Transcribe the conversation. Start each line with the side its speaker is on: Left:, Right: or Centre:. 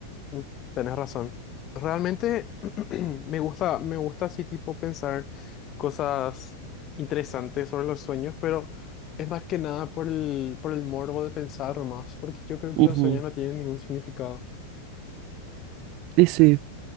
Left: Mm, Tenés razón. Realmente <clears throat> me gusta, me gusta así tipo pensar cosas interesantes sobre los sueños, pero es más que nada por el, por el morbo de pensar más, porque yo creo que
Right: Ujú,
Left: los sueños no tienen ningún significado.
Right: Y sí,